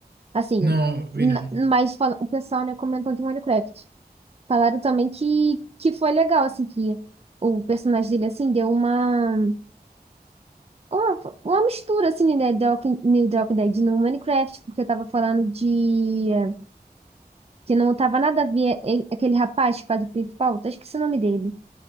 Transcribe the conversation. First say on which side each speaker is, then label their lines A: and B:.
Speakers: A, on the right; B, on the right.
A: Assim,
B: Não, vi
A: n-
B: não.
A: mas fala- o pessoal, né, comentou de Minecraft. Falaram também que, que foi legal, assim, que o personagem dele, assim, deu uma, uma, uma mistura, assim, né, The Walking, New The Walking Dead no Minecraft, porque tava falando de eh, Que não tava nada a ver e- aquele rapaz que faz o principal, tô esquecendo o nome dele.